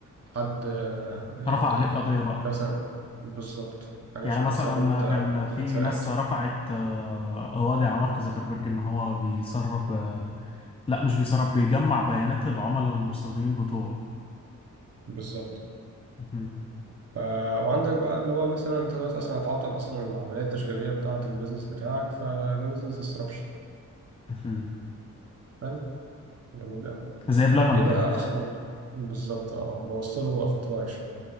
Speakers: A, on the right; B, on the left.
A: حد آه، يعني
B: رفع عليك
A: ايه
B: قضية بقى
A: مثلا بالظبط حاجات
B: يعني
A: شبه
B: مثلا
A: كده بسبب ان انت
B: كان
A: بتاعتك
B: في
A: اتسرقت
B: ناس رفعت آه، قواضي على مارك زوكربيرج ان هو بيسرب آه، لا مش بيسرب بيجمع بيانات العملاء والمستخدمين بتوعه
A: بالظبط
B: مهم.
A: ف... وعندك بقى اللي هو مثلا انت دلوقتي اصلا هتعطل اصلا العملية التشغيلية بتاعة البيزنس بتاعك فده بيزنس ديسربشن
B: مهم.
A: فاهم جميل أوي
B: زي بلبن
A: ايه بقى
B: كده
A: اصلا بالظبط اه بوصله وقفلت له عايشه